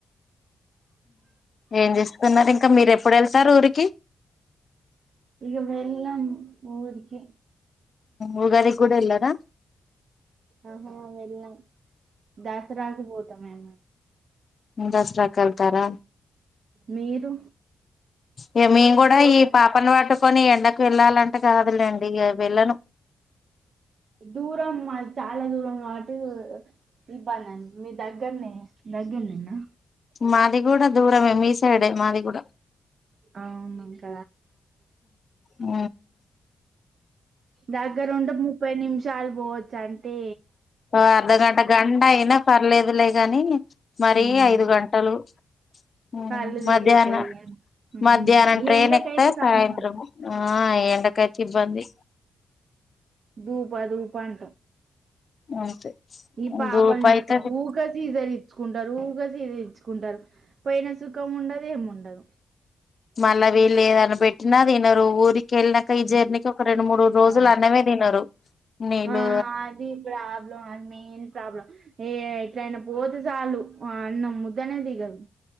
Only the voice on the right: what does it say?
ఇగ మేంగని ఊరికే
ఆహా వెళ్లం దాసరాకుపోతం మేం
మీరు
పోతారా
దూరం మళ్ చాలా దూరం కావట్టి ఇబ్బందైంది మీ దగ్గర్నే దగ్గరనేనా
అవునింక
దగ్గరుంటె ముప్పై నిమిషాలు పోవచ్చంతే
హ్మ్
కళ్ళు తిరుగుతాయి
హ్మ్ ఈ
ఎండకైతే
కన్ఫామ్
దూపా దూపాంటం
ఈ పాపని
తీసుకోని ఊక చీదరిచ్చుకుంటరు ఊక చీదరిచ్చుకుంటరు పోయిన సుఖం ఉండదు ఏం ఉండదు.
ఉమ్.
ఆ
ఆ అది ప్రాబ్లం అది మెయిన్ ప్రాబ్లం ఏ ఎట్లయినా పోతే సాలూ ఆ అన్నం ముద్దనే దిగదు.